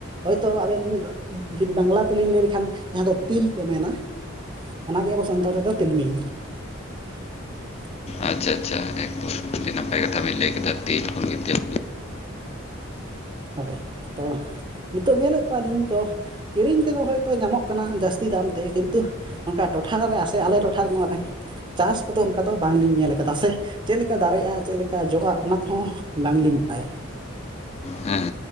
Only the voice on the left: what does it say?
ᱟᱪᱪᱷᱟ ᱟᱪᱪᱷᱟ ᱮᱠ <unintelligible> ᱟᱹᱰᱤ ᱱᱟᱯᱟᱭ ᱠᱟᱛᱷᱟ ᱵᱮᱱ ᱞᱟᱹᱭ ᱠᱮᱫᱟ ᱛᱤᱞ ᱠᱷᱚᱱ ᱜᱮ ᱛᱤᱞ
ᱦᱮᱸ,